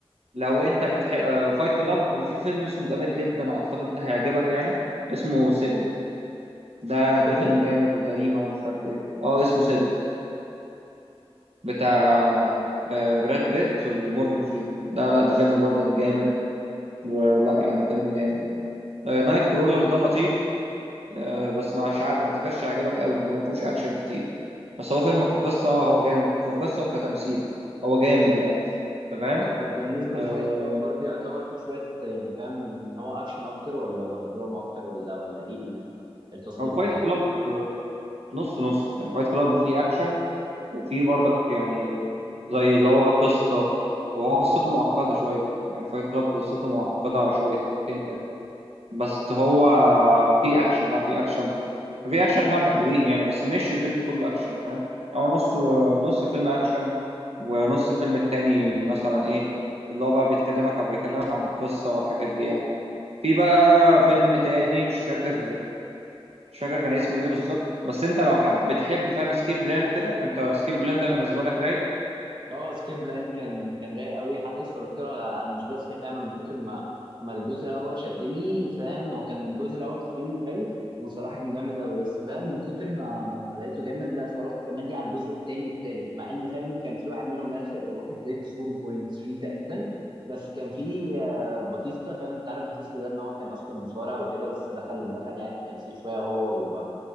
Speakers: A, on the right; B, on the right.
A: لو انت بتح فايت كلاب وفي فيلم اسمه جامد جدا اعتقد ده هيعجبك يعني اسمه سيفن ده
B: 7
A: ده فيلم جامد وجريمه ومش عارف ايه اه اسمه سيفن بتاع
B: اوكي
A: آه، براد بيت ومورجان فريمان ده لا ده فيلم برضك جامد ولا يعني فيلم جامد يعني آه، نايت كرولر ده لطيف آه، بس مش عارف ما اعتقدش هيعجبك قوي لان هو ما فيهوش اكشن كتير بس هو فيلم كقصه هو جامد كقصه وكتمثيل هو جامد يعني انت فاهم
B: طب وبالنسبة
A: آه،
B: لفايت كلاب برضه يعتبر فيه شوية يعني فاهم ان هو اكشن اكتر ولا ولا دراما اكتر ولا ولا ايه ال- التصنيف
A: هو فايت
B: بتاعه
A: كلاب نص نص يعني فايت كلاب فيه اكشن وفي برضك يعني زي اللي هو قصة وهو قصته معقدة شوية يعني فايت كلاب قصته معقدة شويتين تلاتة بس هو في أكشن لا في أكشن في أكشن حبة حلوين يعني بس مش الفيلم كله أكشن فاهم يعني هو نص نص فيلم أكشن ونص الفيلم التاني مثلا إيه اللي هو بقى بيتكلمك بيكلمك عن القصة والحاجات دي يعني في بقى فيلم تاني مش فاكر مش فاكر كان اسمه ايه بالظبط بس انت لو حب بتحب فاهم سكيب بلان وكده انت سكيب بلان ده بالنسبه لك رايق
B: اه سكيب بلان كان كان رايق قوي حتى اتفرجت له على على مش بس فاهم من كتر ما ما الجزء الاول شدني فاهم هو كان الجزء الاول تقييمه حلو وصراحه كان جامد قوي بس فاهم من كتر ما ما, ما لقيته جامد لا اتفرجت كمان ليه على الجزء الثاني والثالث مع ان فاهم كان في واحد منهم اخر لو واخد ريت 4.3 تقريبا بس كان في آه، باتيستا فاهم انت عارف باتيستا ده ان هو كان اصلا مصارع وكده بس دخل دخل يعني التمثيل شويه هو و-